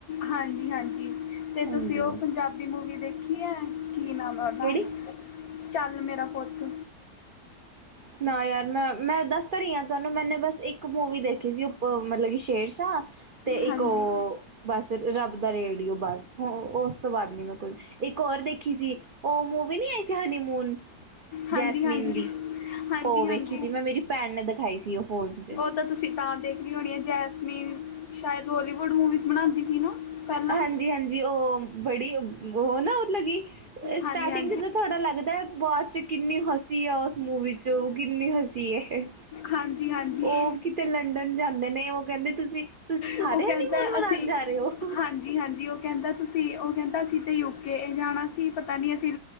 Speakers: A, on the left; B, on the right.
A: ਹਾਂਜੀ-ਹਾਂਜੀ ਤੇ
B: ਹਾਂਜੀ
A: ਤੁਸੀਂ ਉਹ ਪੰਜਾਬੀ ਮੂਵੀ ਦੇਖੀ ਹੈ ਕੀ ਨਾਮ ਹਨਾ
B: ਕਿਹੜੀ
A: ਚੱਲ ਮੇਰਾ ਪੁੱਤ
B: ਨਾ ਯਾਰ ਮੈਂ- ਮੈਂ ਦੱਸ ਤਾਂ ਰਹੀ ਹਾਂ ਤੁਹਾਨੂੰ ਮੈਂਨੇ ਬਸ ਇੱਕ ਮੂਵੀ ਦੇਖੀ ਸੀ ਉ ਮਤਲਬ ਕਿ 'ਸ਼ੇਰਸ਼ਾਹ' ਤੇ
A: ਹਾਂਜੀ
B: ਇੱਕ ਉਹ ਬਸ 'ਰੱਬ ਦਾ ਰੇਡੀਓ' ਬਸ ਉਸ ਤੋਂ ਬਾਅਦ ਮੈਂ ਨਹੀਂ ਕੋਈ ਇੱਕ ਹੋਰ ਦੇਖੀ ਸੀ। ਉਹ ਮੂਵੀ ਨਹੀਂ ਆਈ ਸੀ 'ਹਨੀਮੂਨ'
A: ਹਾਂਜੀ
B: ਜੈਸਮੀਨ
A: ਹਾਂਜੀ
B: ਦੀ।
A: ਹਾਂਜੀ
B: ਉਹ
A: ਹਾਂਜੀ
B: ਵੇਖੀ ਸੀ ਮੈਂ ਮੇਰੀ ਭੈਣ ਨੇ ਦਿਖਾਈ ਸੀ ਉਹ ਫ਼ੋਨ 'ਚ
A: ਤ ਤੁਸੀਂ ਤਾਂ ਦੇਖੀ ਹੋਣੀ ਹੈ ਜੈਸਮੀਨ ਸ਼ਾਇਦ ਬਲੀਵੁੱਡ ਮੂਵੀਜ਼ ਬਨਾਉਂਦੀ ਸੀ ਨਾ। ਪਹਿਲਾਂ
B: ਹਾਂਜੀ- ਹਾਂਜੀ ਉਹ ਬੜੀ ਵੋ ਨਾ ਮਤਲਬ ਕੀ ਸਟਾਰਟਿੰਗ
A: ਹਾਂਜੀ ਹਾਂਜੀ
B: 'ਚ ਥੋੜ੍ਹਾ ਲੱਗਦਾ ਬਾਅਦ 'ਚ ਕਿੰਨੀ ਹੱਸੀ ਆ ਉਸ ਮੂਵੀ 'ਚ ਉਹ ਕਿੰਨੀ ਹੱਸੀ ਹੈ ਇਹ
A: ਹਾਂਜੀ ਹਾਂਜੀ
B: ਉਹ ਕਿਤੇ ਲੰਡਨ ਜਾਂਦੇ ਨੇ ਉਹ ਕਹਿੰਦੇ ਤੁਸੀ ਤੁਸੀ ਸਾਰੇ
A: ਉਹ ਕਹਿੰਦਾ
B: ਹਨੀਮੂਨ ਮਨਾਉਣ
A: ਅਸੀਂ
B: ਜਾ ਰਹੇ ਹੋ। <inaudible>
A: ਹਾਂਜੀ- ਹਾਂਜੀ ਉਹ ਕਹਿੰਦਾ ਤੁਸੀਂ ਉਹ ਕਹਿੰਦਾ ਸੀ ਤੇ ਯੂਕੇ ਜਾਣਾ ਸੀ ਪਤਾ ਨਹੀਂ ਅਸੀਂ